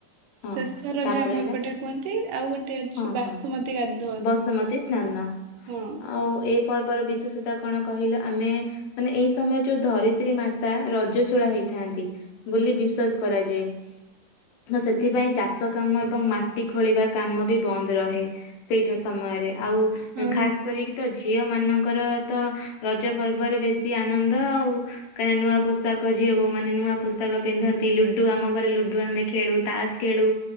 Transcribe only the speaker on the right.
ଶେଷ ରଜ
ଆମ
ଏପଟେ କୁହନ୍ତି ଆଉ ଗୋଟେ ଅଛି
ବାସୁମତୀ
ଗାଧୁଆ
ହଁ।
ହଁ